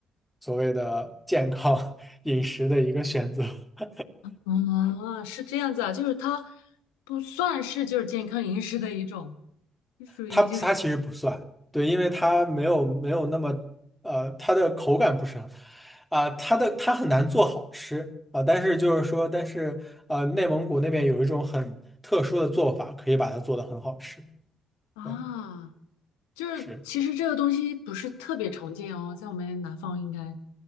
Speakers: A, in the centre; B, on the left (about 85°).
A: 所谓的健康 <laughs> 饮食的一个选择。<laughs>
B: 嗯，是这样子啊，就是它不算是就是健康饮食的一种，就属于就是
A: 它它其实不算，对，因为它没有没有那么呃，它的口感不是很啊、它的它很难做好吃啊、但是就是说，但是呃，内蒙古那边有一种很特殊的做法，可以把它做的很好吃。
B: 啊，
A: 对，
B: 就是其实这个东西不是特别常见哦，
A: 是。
B: 在我们南方应该